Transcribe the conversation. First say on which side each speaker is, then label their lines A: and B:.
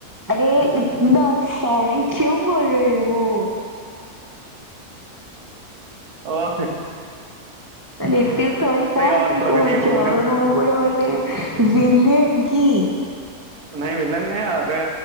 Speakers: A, on the right; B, on the right.
A: ଆରେ ଇତନା ସରି କିଉଁ ବୋଲ୍ ରହେ ହୋ?
B: ହୁଁ। ଓ ହେଁ।
A: ମାନେ ଏତେ ସରି କାହିଁକି
B: ଅର୍ ସରି
A: କୋହିଚ
B: ନେହିଁ ବୋଲୁଙ୍ଗା।
A: ନୁ କଣ ମାନେ ବିଲିୟନ କି?
B: ନାଇଁ ଭିଲୟାନ ନୁହେଁ ଆରେ